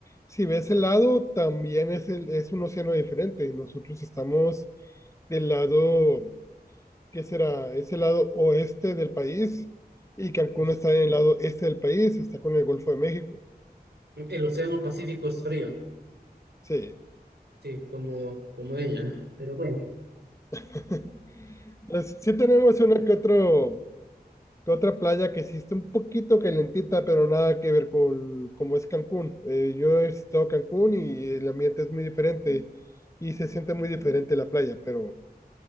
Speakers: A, on the left (about 15°); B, on the right (about 85°).
A: si ves el lado, también es, el- es un océano diferente. Nosotros estamos del lado que será? Es el lado oeste del país y Cancún
B: Pues,
A: está en el lado este del país, está con el Golfo de México.
B: El océano Pacífico es frío,
A: Sí.
B: sí, como, como ella, pero bueno.
A: <laughs> Entonces, sí tenemos una que otro, que otra playa que sí está un poquito calentita, pero nada que ver con cómo es Cancún. Eh, yo he visitado Cancún y el ambiente es muy diferente y se siente muy diferente la playa, pero